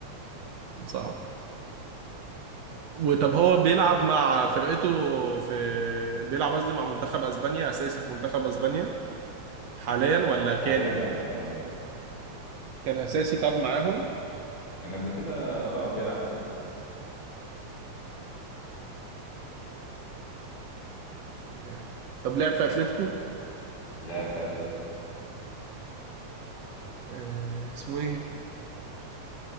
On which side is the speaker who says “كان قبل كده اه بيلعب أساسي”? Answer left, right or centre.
Left